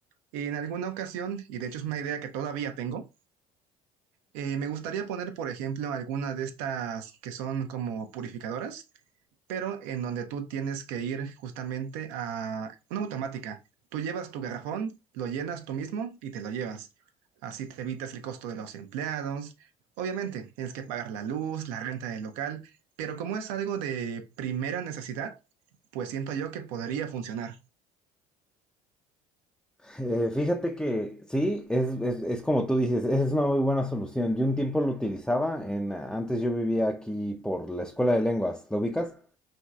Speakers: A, on the right (about 75°); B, in the centre.
A: en alguna ocasión, y de hecho es una idea que todavía tengo, eh, me gustaría poner, por ejemplo, alguna de estas que son como purificadoras pero en donde tú tienes que ir justamente a una automática. Tú llevas tu garrafón, lo llenas tú mismo y te lo llevas. Así te evitas el costo de los empleados. Obviamente, tienes que pagar la luz, la renta del local, pero como es algo de primera necesidad, pues siento yo que podría funcionar.
B: Eh, fíjate que sí, es, es, es como tú dices, esa es una muy buena solución. Yo un tiempo lo utilizaba, en, antes yo vivía aquí por la escuela de lenguas, ¿lo ubicas?